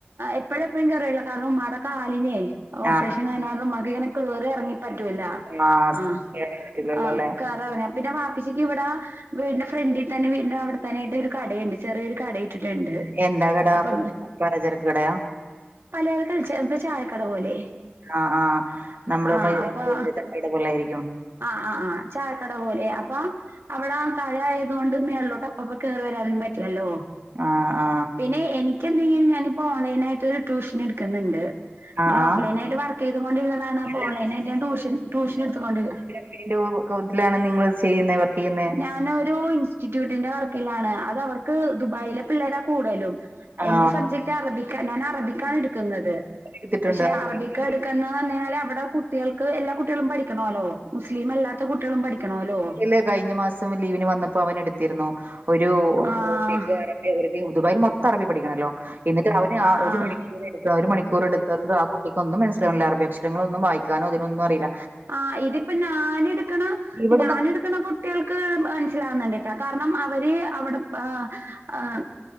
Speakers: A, on the right; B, on the right.
A: എപ്പഴ് എപ്പഴും കേറല് ല്ല കാരണം ഉമ്മാടെ കാലിനെ ഓപ്പറേഷൻ
B: ആ
A: കഴിഞ്ഞാരണം ഉമ്മാക്ക്ങ്ങനെ കേറി എറങ്ങി പറ്റൂല്ല
B: ആ
A: ആഹ്
B: കേറാൻ പറ്റൂലല്ലോല്ലേ
A: ആഹ് കറാഞ്ഞ പിന്നെ വാപ്പിച്ചിക്ക് ഇവിട വീടിന്റെ ഫ്രണ്ടിൽ തന്നെ വീടിന്റെ അവിടെത്തന്നേയിട്ട് ഒരു കടയുണ്ട് ചെറിയൊരു കട ഇട്ടിട്ടുണ്ട്
B: എന്താ കട
A: അപ്പൊ
B: പലചരക്ക് കടയാ
A: പലഎരക്കല്ല ച്ച് ഇത് ചായക്കട പോലെ
B: ആഹ് ആഹ് നമ്മള്
A: ആ
B: പയ്യ്
A: അപ്പൊ
B: ഇതിന്റെ തട്ട്കട പോലെ ആയിരിക്കും
A: ആഹ് ആഹ് ആഹ് ചായക്കട പോലെ അപ്പാ അവടെ ആൾക്കാരായതുകൊണ്ട് മേൾലോട്ട് അപ്പപ്പോ കേറി വരാനും പറ്റില്ലല്ലോ
B: ആ ആ
A: പിന്നെ എനിക്ക് എന്തെങ്കിലും ഞാനിപ്പോ ഓൺലൈൻായിട്ട് ഒരു ട്യൂഷൻ എടുക്കുന്നുണ്ട്
B: ആ
A: പിന്നെഞാ
B: ആ
A: ഓഫ് ലൈനായിട്ട് വർക്കെയ്ത് കോണ്ടിരുന്നതാണ് അപ്പോ
B: അല്ല
A: ഓൺലൈനായിട്ട് ഞാൻ ടൂഷൻ ടൂഷന്‌ട്ത്ത്കോണ്ട് ഇര്
B: എയ്ന്റെ <unintelligible> നിങ്ങൾ ചെയ്യുന്നേ വർക്ക് ചെയ്യുന്നെ
A: ഞാനൊരു ഇൻസ്റ്റിറ്റ്യൂട്ടിന്റെ വർക്കിലാണ് അത് അവർക്ക് ദുബായിലെ പിള്ളേരാ കൂടലും
B: ആ
A: എന്റെ സബ്ജക്ട് അറബിക്ക ഞാൻ അറബിക്കാണ് എടുക്കുന്നത്
B: എടുത്തിട്ടുണ്ട്
A: പക്ഷെ അറബി എട്ക്കാ ട്ക്കാന്ന്പറ കയ്ഞ്ഞാൽ അവിടെ കുട്ടികൾക്ക് എല്ലാ കുട്ടികളും പഠിക്ക്ണാേല്ലോ മുസ്ലിമ് അല്ലാത്ത കുട്ടികളും പഠിക്ക്ണാേല്ലോ
B: ല് കഴിഞ്ഞ മാസം ലീവിന് വന്നപ്പോ അവന്എടുത്തിരുന്നു ഒരു
A: ആഹ്
B: കുട്ടിക്ക് ഒര ര് ഒര്ക്ക് ദുബായീല് മൊത്തം അറബി പഠിക്കണല്ലോ എന്നിട്ട് അവന് ആ
A: ആഹ്
B: ഒരു
A: ആഹ്.
B: മണിക്കൂറ് എട്ത്ത് ഒരു മണിക്കൂറ് എടുത്തണ്ട് ആ കുട്ട് ട്ടിക്ക് ന്നും മനസ്സിലാവ്ണില്ല അറബിഅക്ഷരങ്ങളൊന്നും വായിക്കാനോ ഇതിനൊന്നും അറീല്ല
A: ആഹ് ഇതിപ്പ ഞാന് ഇട്ക്കണ
B: വ്ടെന്നാ
A: ന്എട്ക്ക്ണ കുട്ട്യൾക്ക് മനസിലാവുന്നുണ്ട്ട്ടാ കാരണം അവര് അവടെത്താ ആ്